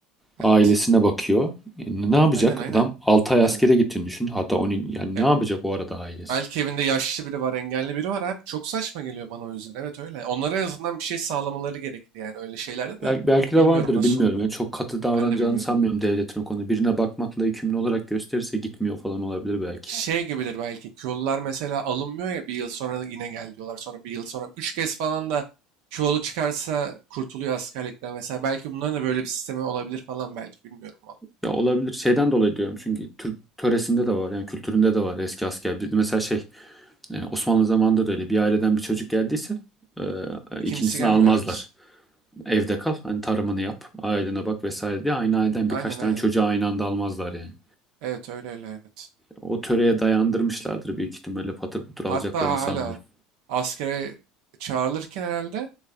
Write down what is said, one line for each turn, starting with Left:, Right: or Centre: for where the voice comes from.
Centre: Ailesine
Right: Evet.
Centre: bakıyor. E, ne yapacak?
Right: Aynen aynen.
Centre: Adam 6 ay
Right: Yani,
Centre: askere gittiğini düşün. Hatta onu yani
Right: evet.
Centre: ne yapacak o arada ailesi?
Right: Belki evinde yaşlı biri var, engelli biri var abi. Çok saçma geliyor bana o yüzden. Evet öyle. Onlara en azından bir şey sağlamaları gerekir yani öyle şeylerde de.
Centre: Belki, belki de
Right: Bilmiyorum
Centre: vardır
Right: nasıl
Centre: bilmiyorum.
Right: oluyor.
Centre: Yani çok katı davranacağını
Right: Ben de bilmiyorum.
Centre: sanmıyorum devletin o konuda. Birine bakmakla yükümlü olarak gösterirse gitmiyor falan olabilir belki.
Right: Şey gibidir belki. Kyolular mesela alınmıyor ya bir yıl sonra yine gel diyorlar. Sonra bir yıl sonra. Üç kez falan da Kyolu çıkarsa kurtuluyor askerlikten mesela. Belki bunların da böyle bir sistemi olabilir falan belki. Bilmiyorum vallahi.
Centre: Ya olabilir. Şeyden dolayı diyorum çünkü Türk töresinde de var yani kültüründe de var eski asker. Bir- Mesela şey e, Osmanlı zamanında da öyle bir aileden bir çocuk geldiyse e, e,
Right: İkincisi
Centre: ikincisini
Right: gelmiyor
Centre: almazlar.
Right: evet.
Centre: Evde kal hani tarımını yap ailene bak vesaire diye aynı aileden
Right: Aynen
Centre: birkaç tane
Right: aynen.
Centre: çocuğu aynı anda almazlar yani.
Right: Evet öyle öyle evet.
Centre: O töreye dayandırmışlardır büyük ihtimalle öyle patır patır alacaklarını
Right: Hatta hala
Centre: sanmıyorum.
Right: askere çağrılırken herhalde